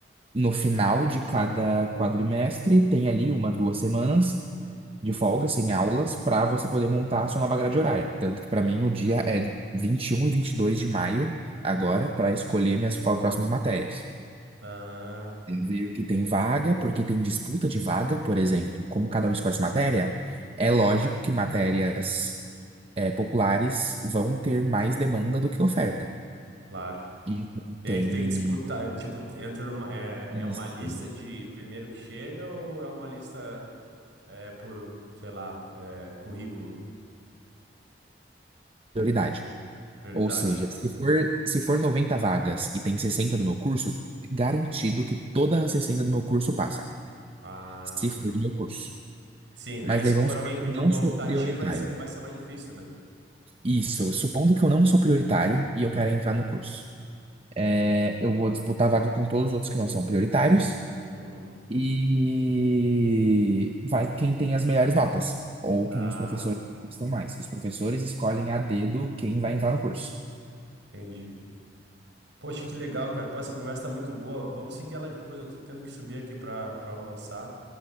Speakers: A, on the right; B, on the right.
A: no final de cada quadrimestre, tem ali uma, duas semanas de folga, sem aulas, para você poder montar a sua nova grade horária. Tanto que, para mim, o dia é vinte e um e e 22 de maio, agora, para escolher minhas fo- próximas matérias.
B: Ah,
A: Veio que tem vaga, porque tem disputa de vaga, por exemplo, como cada um escolhe sua matéria, é lógico que matérias é, populares vão ter mais demanda do que oferta.
B: claro.
A: E
B: E
A: tem
B: aí tu tem que disputar, tipo, entra numa, é,
A: isso,
B: é uma lista de primeiro que chega ou é uma lista é, por, sei lá, é, currículo,
A: prioridade.
B: prioridade?
A: Ou seja,
B: Ah.
A: se for, se for 90 vagas e tem 60 do meu curso, garantido que todas as 60 do meu curso passam,
B: Ah,
A: se for do meu curso.
B: Sim,
A: Mas
B: aí
A: daí
B: se for
A: vamos supor
B: alguém
A: que
B: pedindo
A: eu não
B: uma
A: sou
B: optativa,
A: prioritário.
B: aí cê- vai ser mais difícil, né?
A: Isso, supondo que eu não sou prioritário e eu quero entrar
B: Uhum,
A: no curso. É, eu vou disputar a vaga com todos os outros que não são prioritários.
B: uhum.
A: E vai quem tem as melhores notas, ou
B: Ah,
A: quem os professores gostam mais. Os professores escolhem a dedo quem vai entrar no curso.
B: entendi. Poxa, que legal, cara. Pô, essa conversa tá muito boa. Vamos seguir ela depois. Eu tô tendo que subir aqui pra, pra almoçar.